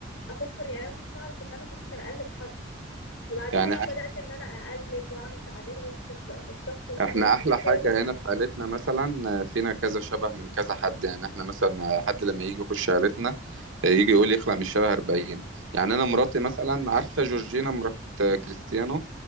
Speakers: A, on the left; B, on the right.
A: افكر يعني انا كنتش اعرف ان انا ممكن اقلد حد فبعدها
B: يعني
A: بقى بدات ان انا اقلد واعمل تعبير وش الش- الشخص وكده
B: احنا
A: يعني
B: احلى
A: اخويا
B: حاجة
A: اللي اداني
B: هنا في
A: الفكره
B: عيلتنا مثلا فينا كذا شبه من كذا حد يعني احنا مثلا حد لما يجي يخش عيلتنا يجي يقول يخلق من الشبه 40 يعني انا
A: اه
B: مراتي مثلا عارفة جورجينا مرات كريستيانو